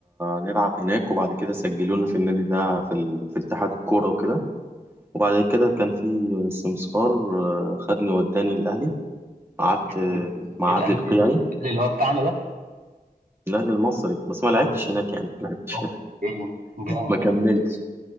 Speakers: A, on the right; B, on the right.
A: نلعب هناك وبعد كده سجلونا في النادي ده في, ال... في اتحاد الكورة وكده وبعد كده كان في سمسار آه، خدني وداني الأهلي قعدت
B: جامد
A: آه، مع
B: الاهلي
A: عدلي القيعي
B: الاهلي اللي هو بتاعنا ده
A: الأهلي المصري بس ما لعبتش
B: اه
A: هناك يعني ما لعبتش
B: اوكي جامد
A: ما كملتش